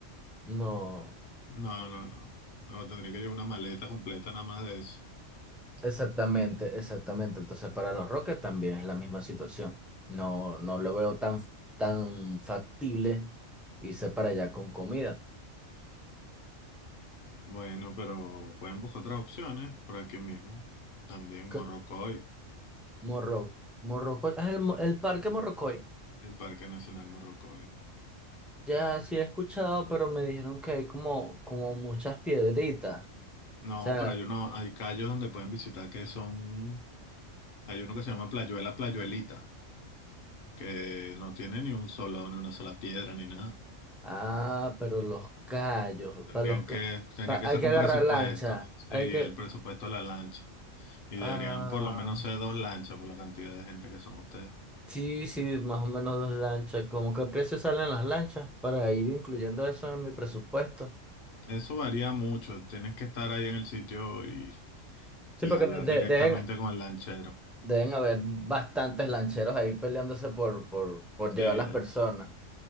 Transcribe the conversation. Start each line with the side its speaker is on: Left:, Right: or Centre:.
Centre: no.
Left: No, no, no. No, tendría que llevar una maleta completa nada más de eso.
Centre: Exactamente, exactamente. Entonces, para los Rockets también es la misma situación. No, no lo veo tan, tan factible irse para allá con comida.
Left: Bueno, pero pueden buscar otras opciones por aquí mismo. También
Centre: Que-
Left: Morrocoy,
Centre: Morro, Morrocoy, ah, el, mo- el parque Morrocoy.
Left: el Parque Nacional Morrocoy.
Centre: Ya sí he escuchado, pero me dijeron que hay como, como muchas piedritas. O
Left: No,
Centre: sea,
Left: pero hay uno, hay callos donde pueden visitar que son, hay uno que se llama Playuela Playuelita, que no tiene ni un solo, ni una sola piedra, ni nada.
Centre: ah, pero los callos,
Left: Tendrían
Centre: para los, ca-
Left: que, tenía
Centre: pa-
Left: que
Centre: hay
Left: sacar
Centre: que
Left: un
Centre: agarrar
Left: presupuesto,
Centre: lancha,
Left: sí,
Centre: hay que,
Left: el presupuesto de la lancha. Y
Centre: ah,
Left: deberían por lo menos ser dos lanchas por la cantidad de gente que son ustedes.
Centre: Sí, sí, más o menos dos lanchas. ¿Cómo qué precio salen las lanchas para ir incluyendo eso en mi presupuesto?
Left: Eso varía mucho. Tienes que estar ahí en el sitio y,
Centre: Sí,
Left: y
Centre: porque
Left: hablar
Centre: de-
Left: directamente
Centre: deben,
Left: con el lanchero.
Centre: Deben haber bastantes lancheros ahí peleándose por, por, por
Left: Sí,
Centre: llevar las
Left: eh,
Centre: personas.